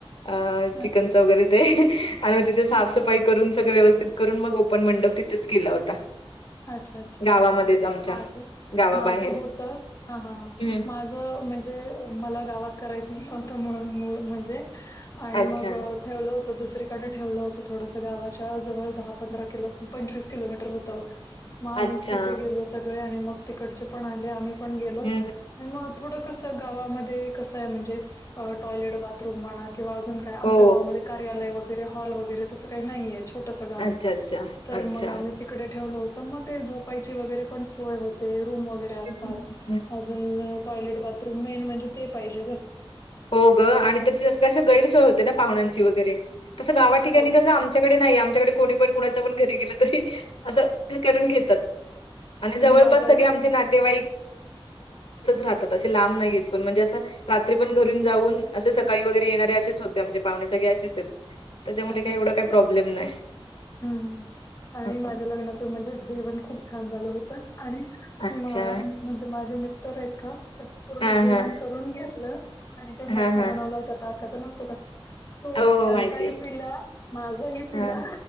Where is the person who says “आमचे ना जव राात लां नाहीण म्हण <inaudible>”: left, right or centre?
Left